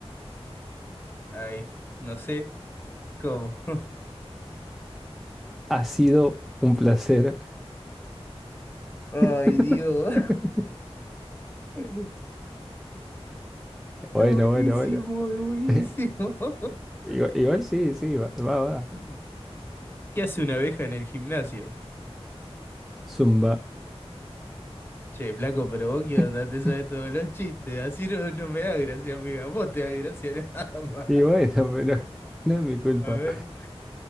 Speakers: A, on the left (about 20°); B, in the centre.
A: ay, no sé cómo. <laughs>
B: Ha sido un placer.
A: Ay,
B: <laughs>
A: Dios. <laughs>
B: Bueno,
A: Es buenísimo,
B: bueno, bueno.
A: es buenísimo.
B: <laughs>
A: <laughs>
B: Igual, igual sí, sí, va, va, va.
A: ¿Qué hace una abeja en el gimnasio?
B: Zumba.
A: Che, flaco, pero vos
B: <laughs>
A: qué onda, te sabes todos los chistes. Así no, no me da gracia, amiga. Vos te da gracia <laughs> nada más.
B: Y bueno, pero <laughs> no es mi culpa.
A: A ver.